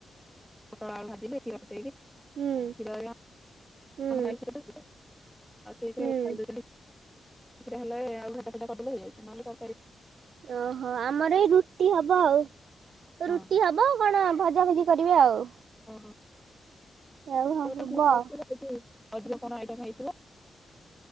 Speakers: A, in the centre; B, on the right (about 70°).
A: ପୋଟଳ ଭାଜିଲି କ୍ଷୀର ଫିଟେଇ। କ୍ଷୀର
B: ହୁଁ
A: <unintelligible> ଆଉ
B: ହୁଁ
A: ସେଇଥିରେ
B: ହୁଁ
A: ଖାଇବେ ବିଲି <unintelligible> ଆଳୁ ଭର୍ତାଫର୍ତା କରିଦେଲେ ହେଇଯାଉଛି। ନ ହେଲେ ତର୍କାରୀ
B: ଓହୋ। ଆମର ଏଇ ରୁଟି ହବ ଆଉ।
A: ହଁ
B: ରୁଟି ହବ କଣ ଭଜାଭଜି କରିବା ଆଉ?
A: ଓହୋ।
B: ଆଉ ହବ
A: <unintelligible> ଅଧିକ
B: ଆଉ
A: କଣ ଆଇଟମ୍ ହେଇଥିବ?